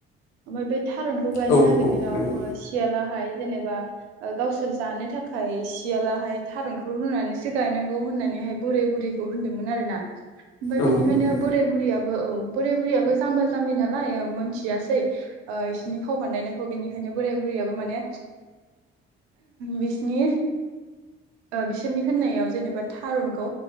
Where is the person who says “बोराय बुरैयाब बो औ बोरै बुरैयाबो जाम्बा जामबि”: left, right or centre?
Right